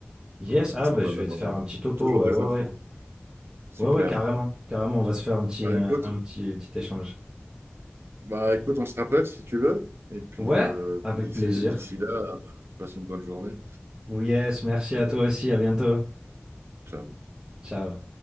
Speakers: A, on the right (about 25°); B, on the right (about 70°).
A: Yes,
B: donc ce
A: ah,
B: sera sympa
A: bah, je
B: d'avoir
A: vais te faire
B: euh,
A: un petit topo.
B: toujours
A: Ouais,
B: des
A: ouais,
B: infos.
A: ouais.
B: Super.
A: Ouais, ouais, carrément. Carrément, on va se faire un petit,
B: Bah
A: euh,
B: écoute,
A: un petit, un petit échange.
B: bah, écoute, on se rappelle si tu veux. Et puis,
A: Ouais,
B: euh,
A: avec
B: puis d'ici
A: plaisir.
B: d'ici là, passe une bonne journée.
A: Yes, merci à toi aussi. À bientôt.
B: Ciao.
A: Ciao.